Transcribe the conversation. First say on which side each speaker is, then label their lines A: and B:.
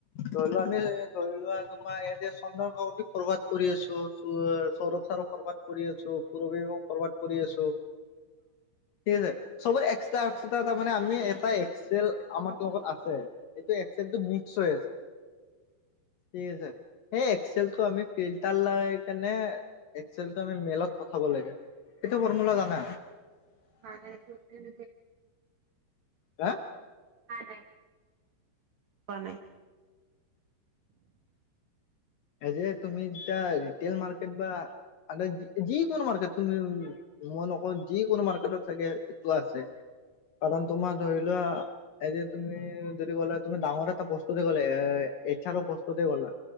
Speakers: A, on the left; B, on the right.
A: ধৰিলোৱা আমি ধৰি লোৱা তোমাৰ ইয়াতে চন্দ্ৰ কাকতি ফৰৱাৰ্ড কৰি আছো সৌৰভ চাৰ ফৰৱাৰ্ড কৰি আছো ত পুৰৱী মেমক ফৰৱাৰ্ড কৰি আছো
B: <inaudible>
A: ঠিক আছে চবত এক্সট্ৰা এক্সট্ৰা তাৰ মানে আমি এটা এক্সেল আমাৰ লগত আছে এইটো এক্সেলটো মিক্স হৈ আছে
B: <inaudible>
A: ঠিক আছে সেই এক্সেলটো আমি ফিল্টাৰ লাই কেনে এক্সেলটো আমি মেইলত পঠাব ল লাগে এইটো ফৰ্মুলা জানা
B: বালাইটোতে ন
A: হা
B: নাই নাই পোৱা নাই
A: এই যে তুমি যেতিয়া ৰিটেইল মাৰ্কেট বা আ যিকোনো মাৰ্কেট তুমি মই নকওঁ যিকোনো মাৰ্কেটত চাগে এইটো আছে কাৰণ তোমাৰ ধৰি লোৱা এ যে তুমি যদি ক'লে তুমি ডাঙৰ এটা বস্তু দি ক'লে এই এইছ আৰ বস্তু দি কলা